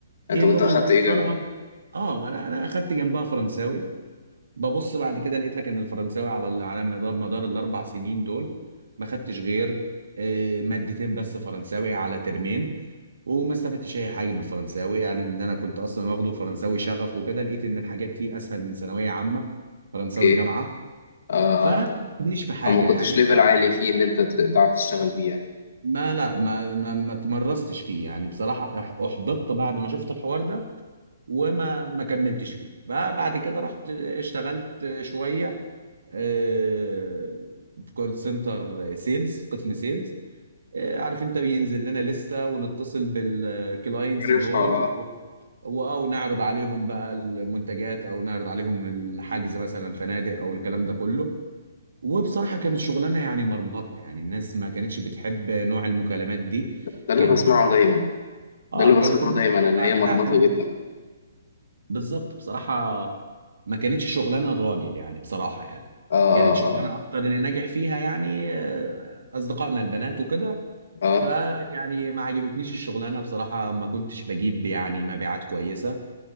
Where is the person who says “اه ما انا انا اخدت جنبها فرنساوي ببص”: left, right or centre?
Right